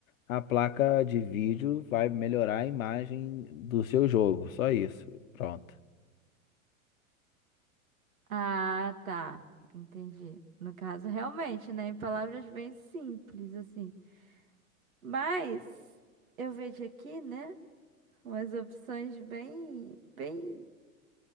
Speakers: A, on the left; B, on the right.
A: a placa de vídeo vai melhorar a imagem do seu jogo. Só isso. Pronto.
B: Ah, tá. Entendi. No caso, realmente, né? Em palavras bem simples, assim. Mas eu vejo aqui, né? Umas opções bem, bem